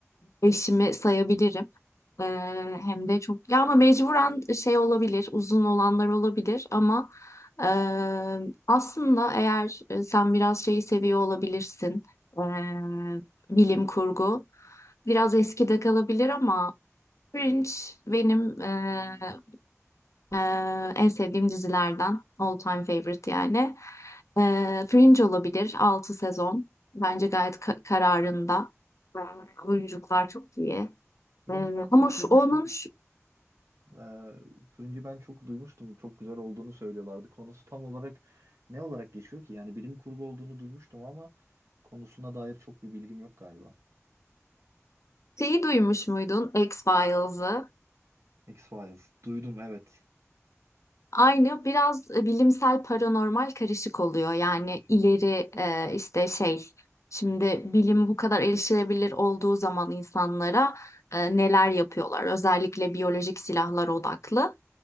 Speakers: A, on the left; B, on the right.
A: eşimi sayabilirim. Ee, hem de çok ya ama mecburen şey olabilir uzun olanlar olabilir ama e, aslında eğer e, sen biraz şeyi seviyor olabilirsin e, bilim kurgu biraz eskide kalabilir ama Fringe benim e, e, en sevdiğim dizilerden all time favorite yani E, Fringe olabilir 6 sezon bence gayet ka- kararında E, oyunculuklar çok iyi.
B: Fringe'i
A: Ee,
B: ben çok
A: ama şu
B: duymuştum.
A: onun şu-
B: Ee, Fringe'i ben çok duymuştum. Çok güzel olduğunu söylüyorlardı. Konusu tam olarak ne olarak geçiyor ki? Yani bilim kurgu olduğunu duymuştum ama konusuna dair çok bir bilgim yok galiba.
A: Şeyi duymuş muydun X-Files'ı?
B: X-Files. Duydum evet.
A: Aynı biraz e, bilimsel paranormal karışık oluyor. Yani ileri e, işte şey şimdi bilim bu kadar erişilebilir olduğu zaman insanlara e, neler yapıyorlar? Özellikle biyolojik silahlar odaklı.